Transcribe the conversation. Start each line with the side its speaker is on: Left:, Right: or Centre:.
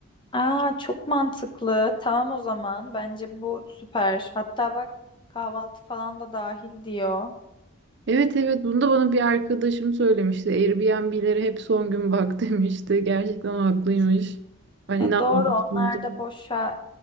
Left: Aa çok mantıklı. Tamam o zaman. Bence bu süper. Hatta bak kahvaltı falan da dahil diyor.
Right: Evet evet bunu da bana bir arkadaşım söylemişti. Airbnb'lere hep son gün bak <laughs> demişti. Gerçekten haklıymış. Ben
Left: E
Right: inanmamıştım.
Left: doğru onlar
Right: o
Left: da boşa